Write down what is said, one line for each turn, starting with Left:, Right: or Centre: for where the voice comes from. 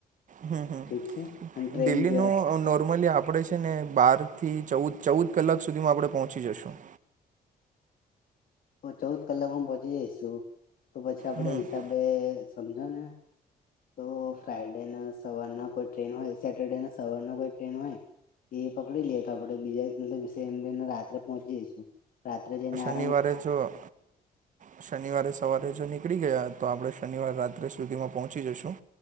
Right: હં હં
Left: ઠીક છે અને ટ્રેન
Right: દિલ્હીનું
Left: જો
Right: નોર્મલી આ પડે છે ને બાર થી ચૌદ ચૌદ કલાક સુધીમાં આપણે પહોંચી જશું
Left: તો ચૌદ કલાકમાં પહોંચી જઈશું તો પછી આપડે
Right: હમ
Left: એ હિસાબે સમજો ને તો ફ્રાઈડેના સવારના કોઈ ટ્રેન હોય સેટરડેના સવારના કોઈ ટ્રેન હોય એ પકડી લીએ તો આપડે બીજા મતલબ સેમ ડેના રાત્રે પહોંચી જઈશું રાત્રે જઈને આ
Right: નિવારે જો શનિવારે સવારે જો નીકળી ગયા તો આપડે શનિવારે રાત્રે સુધીમાં પહોંચી જશું